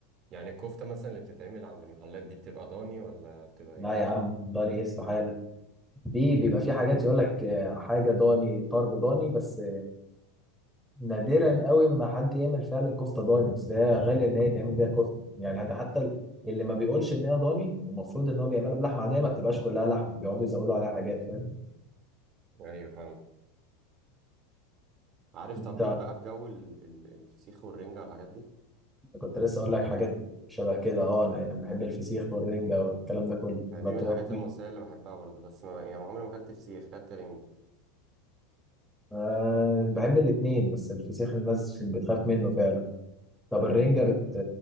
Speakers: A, on the right; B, in the centre.
A: يعني الكفتة مثلا اللي بتتعمل عند المحلات دي بتبقى ضاني ولا بتبقى
B: لا
A: إيه؟
B: يا عم ضاني ايه استحالة في بيبقى في حاجات يقول لك آه، حاجة ضاني طرب ضاني بس نادرا قوي ما حد يعمل فعلا كفته ضاني اصل هي غاليه ان هي تعمل بيها كفته يعني ده حتى اللي ما بيقولش ان هي ضاني المفروض ان هو بيعملها بلحمه عاديه ما بتبقاش كلها لحمه بيقعدوا يزودوا عليها حاجات فاهم
A: أيوه فاهم عارف
B: انت
A: طب ليك بقى في جو ال- ال- الفسيخ والرنجة والحاجات دي
B: كنت لسه اقول لك حاجات شبه كده اه انا يعني بحب الفسيخ والرنجه والكلام ده كله
A: أنا
B: ولا
A: دي
B: بتعرف
A: من الحاجات المصرية اللي بحبها برضه بس ما يعني عمري ما أكلت فسيخ أكلت رنجة
B: أه بحب الاثنين بس الفسيخ الناس بتخاف منه فعلا طب الرنجه بت-